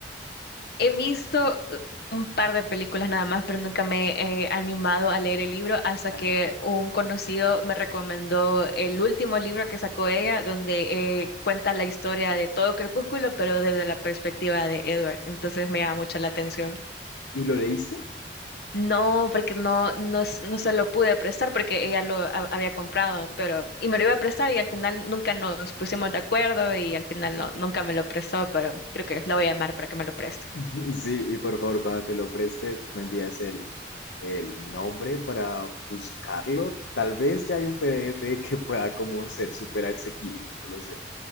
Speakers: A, on the left (about 60°); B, on the left (about 85°).
A: He visto eh, un par de películas nada más, pero nunca me he animado a leer el libro hasta que
B: Ajá.
A: un conocido me recomendó el último libro que sacó ella, donde eh, cuenta la historia de todo Crepúsculo, pero desde la perspectiva de Edward. Entonces me llama mucho la atención.
B: ¿Y lo leíste?
A: No, porque no, no, s- no se lo pude prestar porque ella lo ha- había comprado, pero y me lo iba a prestar y al final nunca nos pusimos de acuerdo y al final no, nunca me lo prestó, pero creo que la voy a llamar para que me lo preste.
B: <laughs> Sí, y por favor, cuando te lo preste, me envías el, el nombre para buscarlo. Tal vez ya hay un PDF <laughs> que pueda como ser súper asequible, no lo sé.